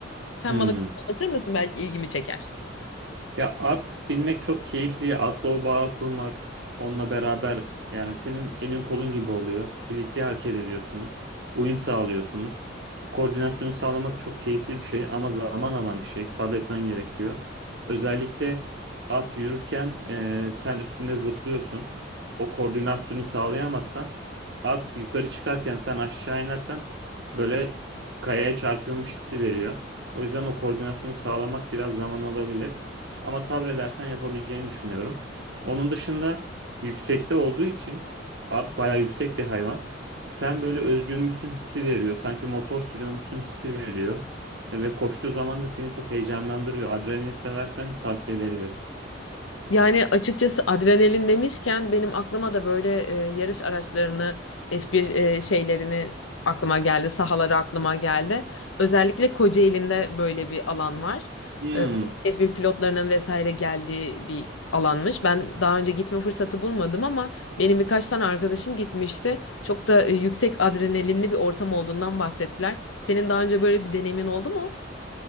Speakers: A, on the left; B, on the right.
A: Sen
B: Hmm.
A: bana biraz anlatır mısın? Belki ilgimi çeker.
B: Ya at binmek çok keyifli. Atla o bağı kurmak onunla beraber yani senin elin kolun gibi oluyor. Birlikte hareket ediyorsunuz. Uyum sağlıyorsunuz. Bu koordinasyonu sağlamak çok keyifli bir şey ama zaman alan bir şey. Sabretmen gerekiyor. Özellikle at yürürken eee, sen üstünde zıplıyorsun. O koordinasyonu sağlayamazsan at yukarı çıkarken sen aşağı inersen böyle kayaya çarpıyormuş hissi veriyor. O yüzden o koordinasyonu sağlamak biraz zaman alabilir. Ama sabredersen yapabileceğini düşünüyorum. Onun dışında yüksekte olduğu için at bayağı yüksek bir hayvan. Sen böyle özgürmüşsün hissi veriyor. Sanki motor sürüyormuşsun hissi veriyor. E, Ve koştuğu zaman da seni çok heyecanlandırıyor. Adrenalin seversen tavsiye edebilirim.
A: Yani açıkçası adrenalin demişken benim aklıma da böyle e, yarış araçlarını F1 e, şeylerini aklıma geldi, sahaları aklıma geldi. Özellikle Kocaeli'nde böyle bir alan var.
B: Hmm.
A: E, F1 pilotlarının vesaire geldiği bir alanmış. Ben daha önce gitme fırsatı bulmadım ama benim birkaç tane arkadaşım gitmişti. Çok da e, yüksek adrenalinli bir ortam olduğundan bahsettiler. Senin daha önce böyle bir deneyimin oldu mu?